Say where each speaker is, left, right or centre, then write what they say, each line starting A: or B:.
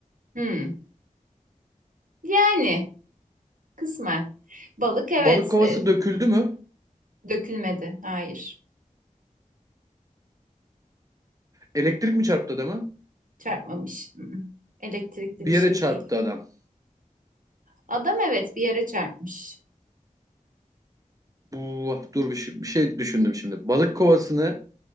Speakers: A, on the right; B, on the right.
A: Hı. Yani kısmen. Balık evet
B: Balık kovası
A: e,
B: döküldü mü?
A: dökülmedi. Hayır,
B: Elektrik mi çarptı adamı?
A: çarpmamış. Elektrikli
B: Bir
A: bir şey
B: yere çarptı
A: değil.
B: adam.
A: Adam evet bir yere çarpmış.
B: Bu, dur bir şey, bir şey düşündüm şimdi. Balık kovasını